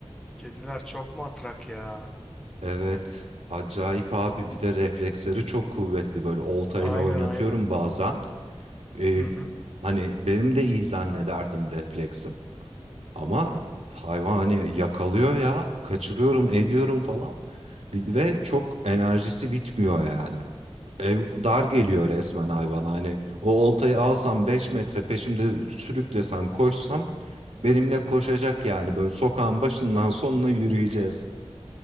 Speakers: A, in the centre; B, on the right.
A: Kediler çok matrak ya.
B: Evet. Acayip abi. Bir de refleksleri çok kuvvetli. Böyle oltayla
A: Aynen
B: oynatıyorum
A: aynen.
B: bazen. Ee,
A: Hı hı.
B: hani benim de iyi zannederdim refleksim. Ama hayvan hani yakalıyor ya. Kaçırıyorum, ediyorum falan. Bir- Ve çok enerjisi bitmiyor yani. Ev dar geliyor resmen hayvan Hani o oltayı alsam 5 metre peşimde sürüklesem koşsam benimle koşacak yani. Böyle sokağın başından sonuna yürüyeceğiz.